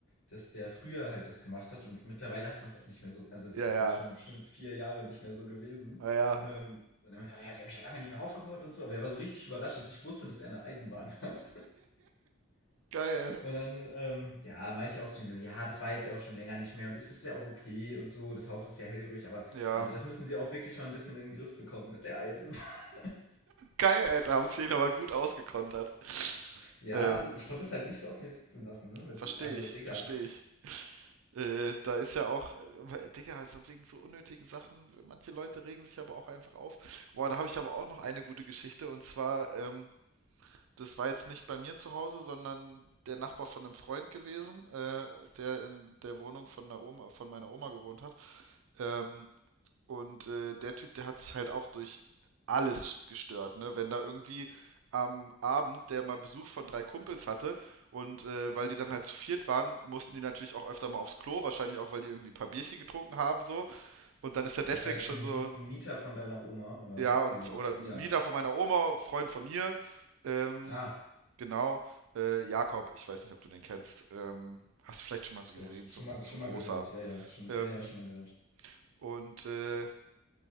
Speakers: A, on the left; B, on the right.
A: dass der früher halt das gemacht hat und mittlerweile hat man es auch nicht mehr so, also es
B: Ja,
A: ist
B: ja.
A: jetzt schon bestimmt vier Jahre nicht mehr so gewesen,
B: Ja, ja.
A: ähm, und dann meinte er, ja, die habe ich ja lange nicht mehr aufgebaut und so. Aber er war so richtig überrascht, dass ich wusste, dass er eine Eisenbahn <laughs> hat.
B: Geil, Alter.
A: Und dann, ähm, ja, meinte ich auch zu ihm, ja, das war jetzt ja auch schon länger nicht mehr und es ist ja auch okay und so. Das Haus ist ja hellhörig, aber
B: Ja.
A: also das müssen sie auch wirklich mal ein bisschen in den Griff bekommen mit der Eisenbahn. <laughs>
B: Geil, Alter. Haben sie ihn aber gut ausgekontert.
A: Ja,
B: Ähm,
A: das, ich konnte es halt nicht so auf mir sitzen lassen, ne? Mit,
B: verstehe
A: also,
B: ich,
A: Digga,
B: verstehe ich. Äh, da ist ja auch, äh, Digga, also wegen so unnötigen Sachen, manche Leute regen sich aber auch einfach auf. Boah, da habe ich aber auch noch eine gute Geschichte und zwar, ähm, das war jetzt nicht bei mir zu Hause, sondern der Nachbar von einem Freund gewesen, äh, der in der Wohnung von der Oma, von meiner Oma gewohnt hat. Ähm, und äh, der Typ, der hat sich halt auch durch alles gestört, ne? Wenn da irgendwie am Abend der mal Besuch von drei Kumpels hatte und äh, weil die dann halt zu viert waren, mussten die natürlich auch öfter mal aufs Klo, wahrscheinlich auch, weil die irgendwie ein paar Bierchen getrunken haben so. Und dann ist er deswegen
A: das war jetzt
B: schon
A: ein,
B: so,
A: Miet, ein Mieter von deiner Oma oder
B: ja, und
A: wie war
B: oder
A: das?
B: ein
A: Ja.
B: Mieter von meiner Oma, Freund von mir, ähm,
A: Ah,
B: genau, äh, Jakob, ich weiß nicht, ob du den kennst, ähm, hast du vielleicht schon mal so gesehen,
A: doch, schon
B: so ein,
A: mal,
B: so
A: schon
B: ein großer.
A: mal gehört. Ja, ja, schon, mal-
B: Ähm,
A: ja, ja, schon mal gehört.
B: und äh,